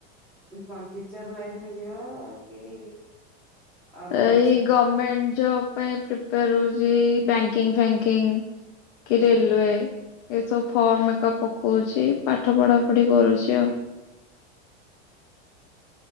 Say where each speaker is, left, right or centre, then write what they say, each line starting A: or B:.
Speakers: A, in the centre; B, on the left.
A: <unintelligible> କଣ ଟିଚର ଲାଇଫ୍ ରେ ଯିବା କି ଅଲଗା
B: ଏଇ
A: କିଛି?
B: ଗମେଣ୍ଟେ ଜବ ପାଇଁ ପ୍ରିପେୟାର ହୋଉଚି ଏଇ ବ୍ୟାଙ୍କିଙ୍ଗି ଫ୍ୟାଙ୍କିଙ୍ଗି। କି
A: ହଁ
B: ରେଲୱେ।
A: ହଁ
B: ଏ ସବୁ ଫର୍ମ ହେକା ପକୋଉଚି ପାଠ ପଢା ପଢି କରୁଛି ଆଉ।